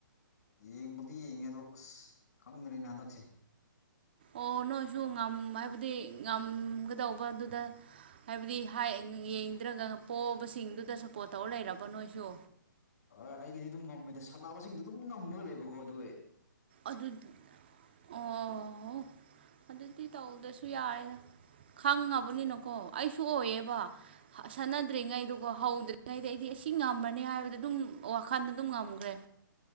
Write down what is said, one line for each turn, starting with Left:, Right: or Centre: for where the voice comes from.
Left: ꯌꯦꯡꯕꯗꯤ ꯌꯦꯡꯉꯦ ꯑꯗꯣ ꯑꯁ ꯈꯪꯒꯔꯦꯅ ꯍꯟꯗꯛꯁꯦ
Right: ꯑꯣ ꯅꯣꯏꯁꯨ ꯉꯝ ꯍꯥꯏꯕꯗꯤ ꯉꯝꯒꯗꯧꯕ ꯗꯨꯗ ꯍꯥꯏꯕꯗꯤ ꯍꯥꯏ ꯌꯦꯡꯗ꯭ꯔꯒ ꯄꯣꯛꯕꯁꯤꯡꯗꯨꯗ ꯁꯞꯄꯣꯠ ꯇꯧ ꯂꯩꯔꯕꯣ ꯅꯣꯏꯁꯨ
Left: ꯑꯥ ꯑꯩꯒꯤꯗꯤ ꯑꯗꯨꯝ ꯉꯝꯃꯦꯗ ꯁꯥꯟꯅꯕꯁꯤꯡꯗꯣ ꯑꯗꯨꯝ ꯉꯥꯝꯃꯒ ꯂꯩꯕꯀꯣ ꯑꯗꯨ ꯑꯣꯏ
Right: ꯑꯗꯨ ꯑꯣ ꯑꯗꯨꯗꯤ ꯇꯧꯗꯥꯁꯨ ꯌꯥꯔꯦꯗ ꯈꯪꯉꯕꯅꯤꯅꯀꯣ ꯑꯩꯁꯨ ꯑꯣꯏꯌꯦꯕ ꯁꯟꯅ ꯗꯔꯤ ꯉꯩꯗꯥꯀꯣ ꯍꯧꯗꯔꯤꯉꯩꯗꯤ ꯑꯩꯗꯤ ꯑꯁꯤ ꯉꯝꯃꯅꯤ ꯍꯥꯏꯕ ꯑꯗꯨꯝ ꯋꯥꯈꯟ ꯑꯗꯨꯝ ꯉꯝꯈꯔꯦ